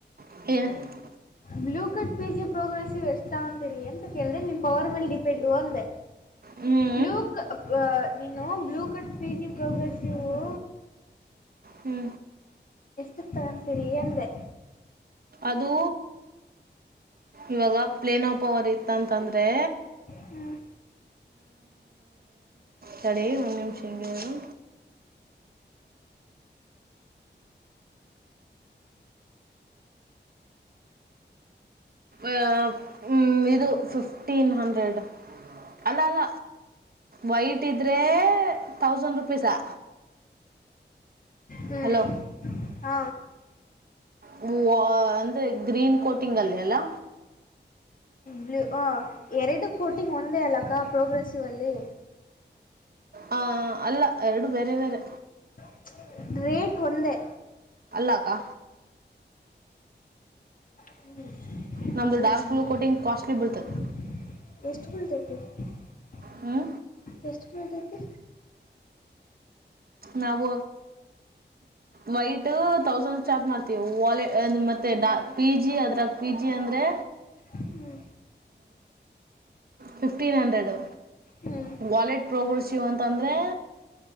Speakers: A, on the right (about 55°); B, on the left (about 50°).
A: <unintelligible>
B: blue cut P G progress ಎಷ್ಟ ತಗೋತೀರಿ ಅಂತ ಕೇಳಿದೆ ನಿಮ್ ಪವರ್ ಮೇಲೆ ಡಿಪೆಂಡ್ ಅಂದೇ
A: ಹ್ಞೂ
B: ಬ್ಲೂ ಕ್ ಅಪ್ ನೀನು blue cut P G progress ಯುವು
A: ಹ್ಞೂ
B: ಎಷ್ಟ ತಗೋತಿರಿ ಅಂದೆ.
A: ಅದುೂ ಇವಾಗ ಪ್ಲೇನ್ ಆಪ ಅವರ್ ಇತ್ತಂತಂದರೆ.
B: ಹ್ಮ್
A: ತಡೆ ಒಂದು ನಿಮಿಷ ಹಂಗೆ ಇರು ಈವಾಗ್ ಹ್ಮ್ಮ್ ಇದು ಫಿಫ್ಟೀನ್ ಹಂಡ್ರೆಡ್ <inaudible> ಅಲ್ಲ ಅಲ್ಲ ವೈಟ್ ಇದ್ರೆ ತೌಸಂಡ್ ರುಪೀಸಾ..
B: ಹ್ಮ್
A: ಹಲೋ
B: <unintelligible> ಹಾ
A: ಹೂವ್ವ್ ಅಂದ್ರೆ ಗ್ರೀನ್ ಕೋಟಿಂಗ್ ಅಲ್ಲಿ ಅಲ್ಲಾ
B: ಬ್ಲೂ ಹ ಎರಡು ಕೋಟಿಂಗ್ ಒಂದೇ ಅಲ್ಲಕ್ಕ ಪ್ರೋಗ್ರೆಸಿವ್ ಅಲ್ಲಿ
A: ಆ ಅಲ್ಲ ಎರಡು ಬೇರೆ ಬೇರೆ.
B: <inaudible> ರೇಟ್ ಒಂದೇ
A: ಅಲ್ಲಕ್ಕಾ
B: <unintelligible>
A: ನಮ್ಮದು
B: ಮುಂದ
A: ಡಾರ್ಕ್
B: <unintelligible>
A: ಬ್ಲೂ ಕೋಟಿಂಗ್ ಕಾಸ್ಟ್ಲಿ ಬೀಳ್ತದೆ
B: ಎಷ್ಟ ಬಿಳ್ಳತೇತಿ <inaudible>
A: ಹ್ಞೂ
B: ಎಷ್ಟ ಬಿಳ್ಳತೇತಿ
A: ನಾವ ವೈಟ ತೌಸಂಡ್ ಚಾರ್ಜ್ ಮಾಡತೀವಿ ವಾಲೆ ಮತ್ತೆ ಡಾ ಪಿ ಜಿ ಅದ್ರಾಗ ಪಿ ಜಿ ಅಂದರೆ
B: ಹ್ಮ್
A: ಫಿಫ್ಟೀನ್ ಹಂಡ್ರೆಡು
B: ಹ್ಮ್
A: ವಾಲೆಟ್ ಪ್ರೋಗ್ರೆಸೀಿವ್ ಅಂತಂದರೆ.